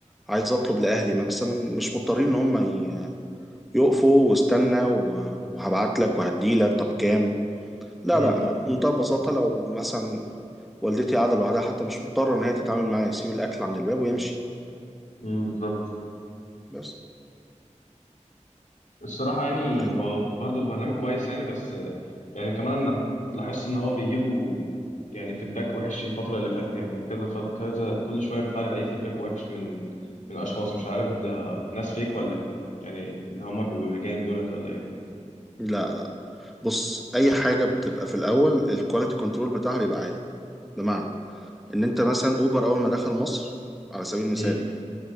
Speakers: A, in the centre; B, on the left.
A: عايز اطلب لاهلي مثلا مش مضطرين ان هم ي- يقفوا واستنى و- وهبعت لك وهدي لك طب كام لا
B: امم
A: لا بمنتهى البساطه لو مثلا والدتي قاعده لوحدها حتى مش مضطره ان هي تتعامل معايا يسيب الاكل عند الباب ويمشي
B: امم بالظبط
A: بس
B: الصراحة يعني
A: يعني
B: هو برضه برنامج كويس يعني بس يعني كمان أنا لاحظت إن هو بيجيله يعني فيدباك وحش الفترة اللي فاتت يعني كذا ف... كذا كل شوية بيطلع لي عليه فيدباك وحش من من أشخاص مش عارف ده ناس فيك ولا إيه يعني اللي هما بيبقوا لجان دولت ولا إيه
A: لا لا بص اي حاجه بتبقى في الاول الكواليتي كنترول بتاعها بيبقى عالي بمعنى ان انت مثلا اوبر اول ما دخل مصر على سبيل المثال
B: امم
A: يعني